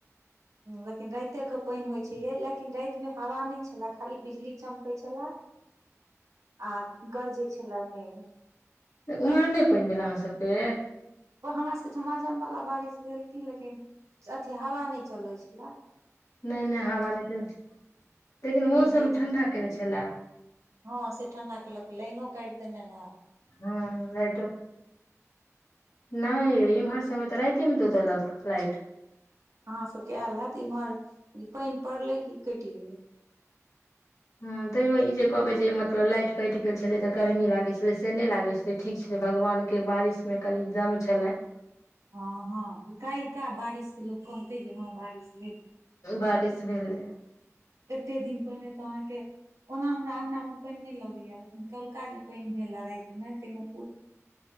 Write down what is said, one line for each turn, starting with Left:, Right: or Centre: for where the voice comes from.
Right: लेकिन राइतेके पानि होइ छै। यै, लेकिन रातिमे हवा नहि छलए, खाली बिजली चमकै छलए आ गरजै छलए मेघ।
Left: तऽ ओम्हर नहि पानि भेल अहाँ सभके?
Right: ओ हमरा सभके झमाझमवला बारिश भेल की, लेकिन अथि हवा नहि चलै छलए।
Left: नहि नहि, हवा नहि चलल, लेकिन मौसम
Right: बिजली चम
Left: ठण्ढा केने छलए।
Right: हँ, से ठंडा केलक। लाइनो काइट देने रहए।
Left: हँ, लाइटो, नहि यै इमहर सभमे तऽ राइतेमे द देलक लाइट।
Right: अहाँ सभके आएल हएत, इम्हर ई पाइन पड़लै कि कैट गेलै।
Left: ह्म, तैयो ई जे कहबै जे मतलब लाइट कटि गेल छलै तऽ गर्मी लागै छलै, से नहि लागै छलै। ठीक छलै। भगवानके बारिशमे कनि दम छलैन।
Right: हँ हँ, काल्हिका बारिश लोक कहतै जे हँ बारिश
Left: बारिश <unintelligible>
Right: एतेक दिन पहिने तऽ अहाँके, ओना हमरा अङ्गनामे पानि नहि लगैए, लेकिन कल्हुका जे पानि भेलए रातिमे, तहिमे